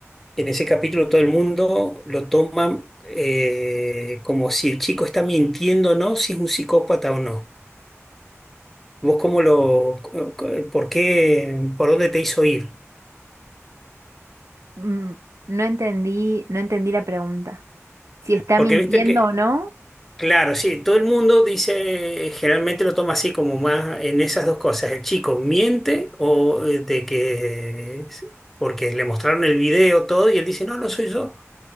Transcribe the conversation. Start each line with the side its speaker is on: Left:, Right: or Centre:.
Centre: En ese capítulo todo el mundo lo toma eh, como si el chico está mintiendo o no, si es un psicópata o no. ¿Vos cómo lo, co- co- por qué, por dónde te hizo ir?
Right: Mm, No entendí, no entendí la pregunta. Si está
Centre: Porque
Right: mintiendo
Centre: viste que,
Right: o no.
Centre: claro, sí, todo el mundo dice, generalmente lo toma así como más en esas dos cosas. El chico miente o eh, de que, porque le mostraron el video todo y él dice, no, no soy yo.